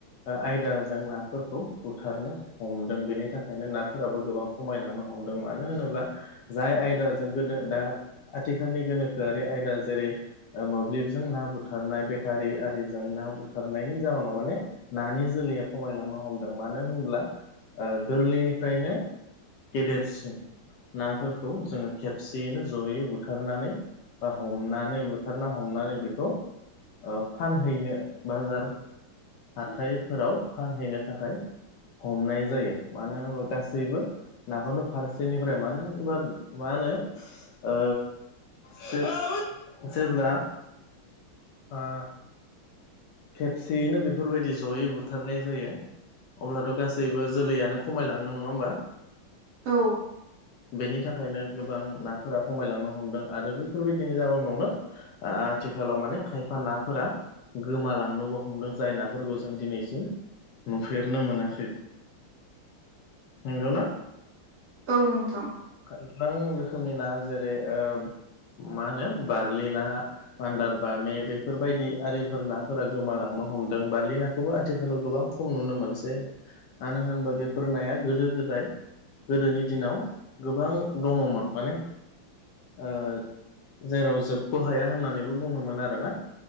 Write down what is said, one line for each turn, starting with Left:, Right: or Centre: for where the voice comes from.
Left: ओ आयदाजों नाफोरखौ बुथारनो हमदों बेनि थाखायनो नाफोराबो गोबां खमायलांनो हमदों मानो होनोब्ला। जाय आयदाजों गोदो दा आथिखालनि गोनोखोआरि आयदा जेरै। ओ मोब्लिबजों ना बुथारनाय बेटारि आरिजों ना बुथारनाय नि जाहोनाव माने नानि जोलैया खमायलांनो हमदों मानो होनब्ला ओ गोरलैनिफ्रायनो गेदेरसिम नाफोरखौ जोङो खेबसेयैनो जयै बुथारनानै बा हमनानै बुथार ना हमनानै बेखौ ओ फानहैनो बाजार हाथायफोराव फानहैनो थाखाय हमनाय जायो मानो होनबा गासैबो नाखौनो फारसेनिफ्राय मानो होनबा मा होनो ओ जे आउ जेब्ला आ खेबसेयैनो बेफोरबायदि जयै बुथारनाय जायो। अब्लाथ' गासैबो जोलैयानो खमायलाङो नङा होमबा।
Right: औ
Left: बेनि थाखायनो। गोबां नाफोरा खमायलांनो हमदों आरो बेफोरबायदिनि जाउनावनो आ आथिखालाव माने खायफा नाफोरा गोमालांनोबो हमदों जाय नाफोरखौ जों दिनैसिम नुफेरनो मोनाखै नंगौ ना
Right: औ नोंथां
Left: गोबां रोखोमनि ना जेरै ओ मा होनो बारलिना मान्दार बामे बेफोरबायदि आरि फोर नाफोरा गोमालांनो हमदों बारलि नाखौबो आथिखालाव गोबां खम नुनो मोनसै मानो होनोबा बेफोर नाया गोदो गोदाय गोदोनि दिनाव गोबां दङमोन माने ओ जेराव जोबख' हाया होननानैबो बुङोमोन आरोना।